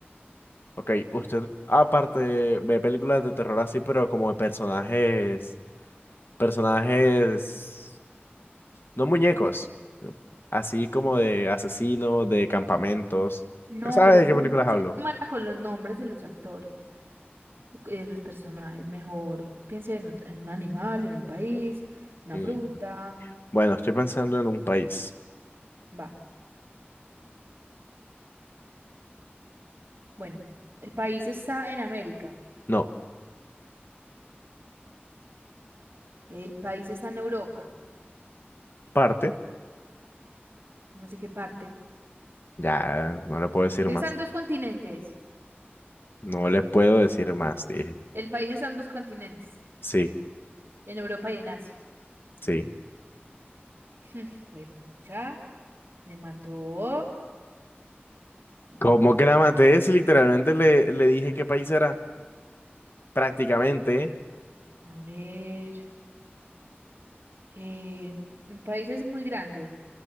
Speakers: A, on the left; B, on the right.
A: ok, usted aparte ve películas de terror así, pero como de personajes, personajes, no muñecos, así como de asesinos, de campamentos.
B: No,
A: ¿Sabe
B: pero yo
A: de
B: soy,
A: qué películas
B: muy- soy
A: hablo?
B: muy mala con los nombres de los actores, y de los personajes. Mejor piense en, ot- en un animal, en un país, una
A: Mm,
B: fruta.
A: Bueno, estoy pensando en un país.
B: Va. Bueno, el país está en América.
A: No.
B: El país está en Europa.
A: parte,
B: ¿Cómo así que parte?
A: ya no le puedo decir
B: Que
A: más.
B: están dos continentes.
A: No le puedo decir más, dije.
B: El país está en dos continentes,
A: Sí,
B: en Europa y en Asia.
A: sí.
B: <laughs> pucha, me mató, me
A: ¿Cómo
B: mató.
A: que la maté? Si literalmente le, le dije qué país era. Prácticamente.
B: A ver, en- el país es muy grande,